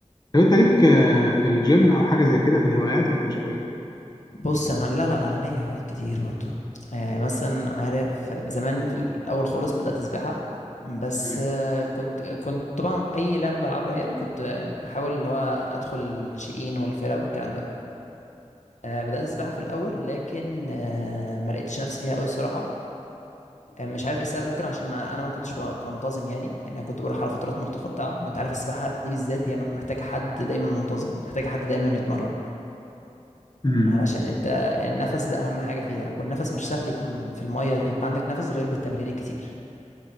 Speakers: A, on the left; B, on the left.
A: طب انت ليك آه، في الجيم او حاجه زي كده في الهوايات ولا مش قوي
B: بص يا معلم لا لا لا، انا ليا هوايات كتير برضو آه مثلا عارف زمان في الاول خالص بدات سباحه بس
A: مم.
B: آه كنت آه، كنت طبعا اي لعبه بلعبها يعني كنت آه، بحاول اللي هو ادخل الناشئين والفرق والكلام ده آه بدات سباحه في الاول لكن آه ما لقيتش نفسي فيها قوي الصراحه مش عارف ايه السبب ممكن عشان انا ما كنتش ب- بنتظم يعني يعني انا كنت بروح على فترات متقطعه وانت عارف السباحه دي بالذات هي محتاجه حد دايما منتظم محتاجه حد دايما يتمرن
A: مم.
B: علشان انت النفس ده اهم حاجه فيها والنفس مش سهل يكون في الميه يبقى عندك نفس غير بالتمرين الكتير